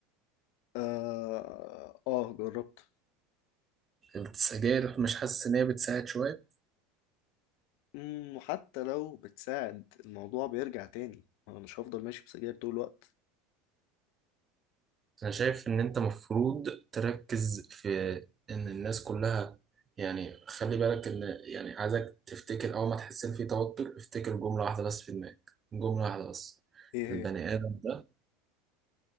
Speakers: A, on the left; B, on the right.
A: آه, آه جربت
B: السجاير مش حاسس ان هي بتساعد شويه
A: مم، وحتى لو بتساعد الموضوع بيرجع تاني أنا مش هفضل ماشي بسجاير طول الوقت
B: أنا شايف إن أنت مفروض تركز في إن الناس كلها يعني خلي بالك إن يعني عايزك تفتكر أول ما تحس إن في توتر افتكر جملة واحدة بس في دماغك جملة واحدة بس
A: إيه هي؟
B: البني آدم ده